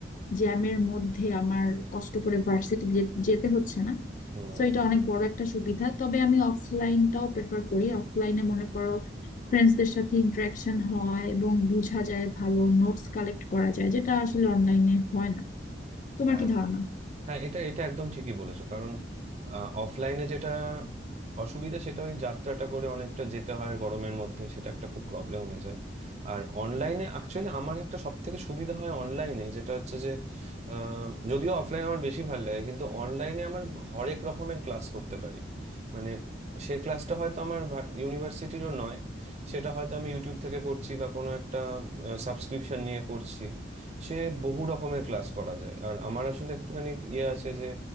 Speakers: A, on the left (about 45°); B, on the right (about 35°).
A: জ্যামের মধ্যে আমার কষ্ট করে ভার্সিটি যেতে হচ্ছে না
B: হুম
A: তো এটা অনেক বড় একটা সুবিধা তবে আমি অফলাইনটাও প্রেফার করি অফলাইনে মনে করো ফ্রেন্ডসদের সাথে ইন্টারাকশন হয় এবং বোঝা যায় ভালো নোটস কালেক্ট করা যায় যেটা আসলে অনলাইনে হয় না তোমার
B: হ্যাঁ
A: কি ধারণা
B: হ্যাঁ এটা এটা একদম ঠিকই বলেছো কারণ অফলাইনে যেটা অসুবিধা সেটা ওই যাত্রাটা করে অনেকটা যেতে হয় গরমের মধ্যে সেটা একটা খুব প্রবলেম হয়ে যায় আর অনলাইনে অ্যাকচুয়ালি আমার একটা সব থেকে সুবিধা হয় অনলাইনে যেটা হচ্ছে যে আহ, যদিও অফলাইন আমার বেশি ভালো লাগে কিন্তু অনলাইনে আমার হরেক রকমের ক্লাস করতে পারি মানে সেই ক্লাসটা হয়তো আমার ইউনিভার্সিটিরও নয় সেটা হয়তো আমি ইউটিউব থেকে করছি বা কোনো একটা সাবস্ক্রিপশন নিয়ে করছি সে বহু রকমের ক্লাস করা যায় আর আমার আসলে একটুখানি ইয়ে আছে যে